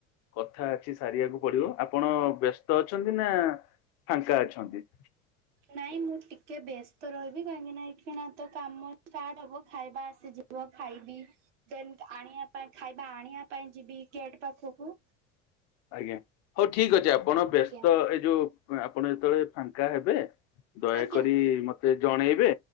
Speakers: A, on the left; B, on the right.
A: କଥା ଅଛି ସାରିବାକୁ ପଡିବ ଆପଣ ବ୍ୟସ୍ତ ଅଛନ୍ତି ନା ଫାଙ୍କା ଅଛନ୍ତି।
B: ନାଇଁ ମୁଁ ଟିକେ ବ୍ୟସ୍ତ ରହିବି କାହିଁକି ନା ଏହି ଖେଣାତ କାମ ଷ୍ଟାଟ୍ ହବ ଖାଇବା ଆସିଯି ଯ ଖାଇବି ଦେନ୍ ଆଣିବା ପାଇଁ ଖାଇବା ଆଣିବା ପାଇଁ ଯିବି ଗେଟ ପାଖକୁ।
A: ଆଜ୍ଞା ହଉ ଠିକ ଅଛି ଆପଣ ବ୍ୟସ୍ତ
B: ଆଜ୍ଞା
A: ଏଇ ଯୋଉ ଆପଣ ଯେତେବେଳେ ଫାଙ୍କା ହେବେ ଦୟାକରି
B: ଆଜ୍ଞା
A: ମତେ ଜଣେଇବେ